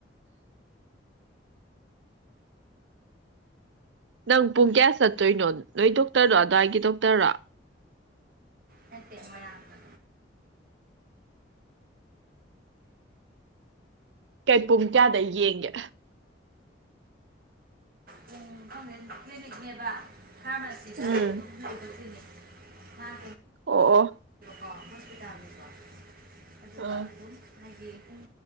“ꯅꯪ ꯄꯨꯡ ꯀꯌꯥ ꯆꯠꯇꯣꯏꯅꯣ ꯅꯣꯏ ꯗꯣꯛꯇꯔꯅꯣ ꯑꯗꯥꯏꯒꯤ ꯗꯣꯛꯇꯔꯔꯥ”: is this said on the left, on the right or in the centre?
Right